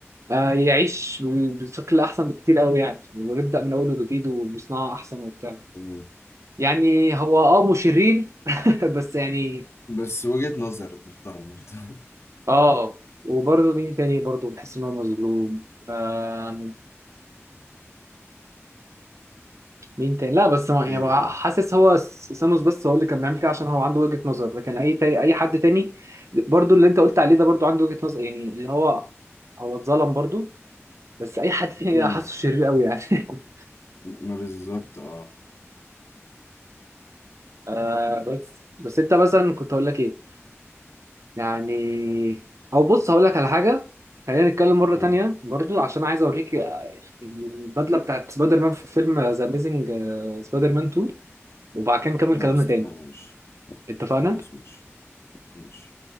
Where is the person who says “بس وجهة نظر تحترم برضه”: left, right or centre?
Left